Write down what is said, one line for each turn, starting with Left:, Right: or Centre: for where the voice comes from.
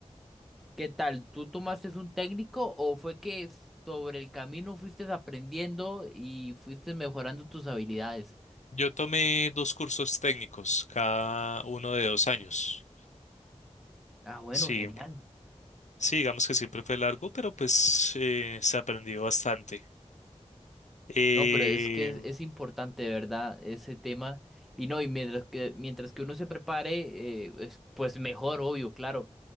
Centre: ¿qué tal? ¿Tú tomaste un técnico o fue que sobre el camino fuiste aprendiendo y fuiste mejorando tus habilidades?
Left: Yo tomé dos cursos técnicos, cada uno de dos años.
Centre: Ah, bueno,
Left: Sí,
Centre: genial.
Left: sí, digamos que siempre fue largo, pero pues eh, se aprendió bastante. Eh,
Centre: No, pero es que es, es importante, de verdad, ese tema. Y no, y mientras que, mientras que uno se prepare, eh, es- pues mejor, obvio, claro.